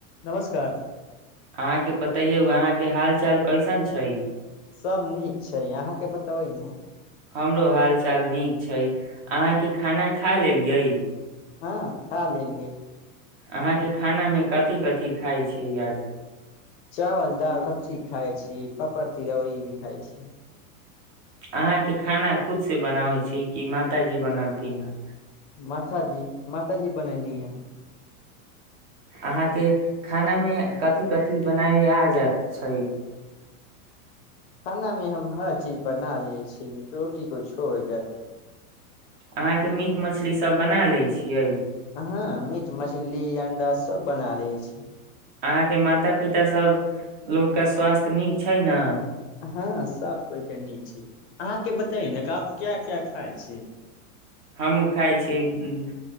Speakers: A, on the left; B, on the right.
A: नमस्कार
B: अहाँके बताइ यौ अहाँके हाल चाल कैसन छै
A: सभ नीक छै अहाँके बतेबै ने
B: हमरो हाल चाल नीक छै अहाँके खाना खा लेलियै
A: हँ खा लेलियै
B: अहाँके खानामे कथी कथिी खाइ छै आज
A: चावल दाल सबजी खााय छीिय पापड़ तिलौरी भी खााय छी
B: अहाँ के खाना खुद से बनाबै छी कि मातााजी बनलथिन हे
A: माता जी माता जी बनैेली है
B: अहाँके खाना मे कथिी कथिी बनाय आ जात छै
A: खाना मे हम हर चीज बना लिये छीिय रोटी को छोड़ क
B: अहाँके मीट मछली सब बना लैत छियै
A: हँ मीट मछली मछली अं्डा सब बना ले छी
B: अहाँके माता पिताभ लोकके स्वास्थ्य नीक छै ने
A: हँ सभ कोइके नीक छै अहाँके बताै न कि आब क्या क्या खाइ छी
B: हमहूँ खाइ छियै